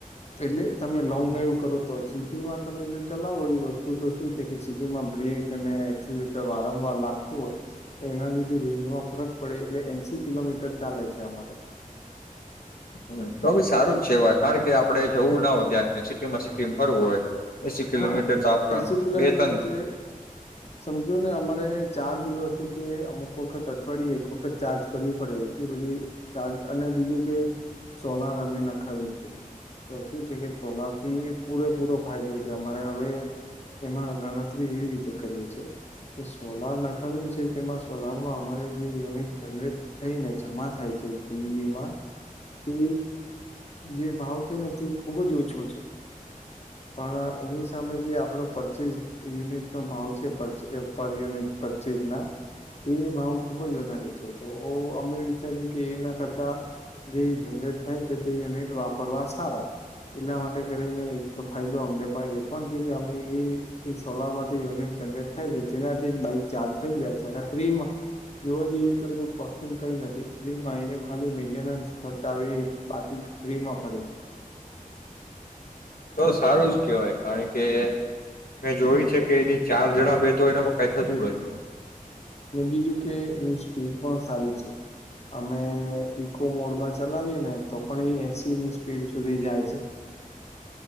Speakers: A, on the left; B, on the left.
A: એટલે તમે લોંગ ડ્રાઈવ કરો તો સિટીમાં તમને જો ચલાવો એ વસ્તુ તો શું છે કે સિટીમાં બ્રેક અને એક્સિલેટર વારંવાર લાગતું હોય એના લીધે રેન્જમાં ફરક પડે એટલે એંશી કિલોમીટર ચાલે છે અમારે
B: હહ તો પહી સારું જ છે વાત કારણ કે આપડે જવું ના હોય ક્યાંકને સિટીમાં સિટીમાં ફરું હોય એસી કિલોમીટર
A: હા
B: તો આપડા
A: એંસી કિલોમીટર
B: બે ત્રણ
A: એટલે સમજોને અમારે ચાર દિવસ કે અમુક વખત અઠવાડિયે એક વખત ચાર્જ કરવી પડે એટલી બધી ચાર્જ અને બીજું કે સોલાર અમે નખાવ્યું છે તો શું છે કે સોલાર થી પૂરેપૂરો ફાયદો છે. અમારે હવે એમાં ગણતરી એવી રીતે કરવી છે કે સોલાર નખાવ્યું છે તેમાં સોલારમાં અમારે જે યુનિટ જનરેટ થઈને જમા થાય છે જીવીબીમાં તે જે ભાવ છે ને તે ખૂબ જ ઓછો છે પણ એની સામે જે આપડો પરચેસ યુનિટનો ભાવ છે પરચે એ પર યર યુનિટ પરચેસ ના તે ભાવ ખુબ જ વધારે છે તો અમે વિચાર્યું કે એના કરતા જે જનરેટ થાય છે તે યુનિટ વાપરવા સારા એટલા માટે કરીને એક ફાયદો અમને પણ એ પણ છે કે અમે એ એ સોલારમાંથી યુનિટ જનરેટ થાય છે તેનાથી જ બાઈક ચાર્જ થઈ જાય છે. અને ફ્રીમાં જોવા જઈએ તો એનું કોસ્ટિંગ કઈ નથી ફ્રીમાં એને ખાલી મેન્ટેનન્સ ખર્ચ આવે એ જ બાકી ફ્રીમાં ફરે છે.
B: તો સારું જ કેહેવાય કારણ કે મેં જોયું છે કે એની ચાર જણા બે તો એનામાં કંઈ થતું નથી.
A: ને બીજું કે એની સ્પીડ પણ સારી છે. અમે ઈકો મોડમાં ચલાવીએ ને તો પણ એ એંસીની સ્પીડ સુધી જાય છે.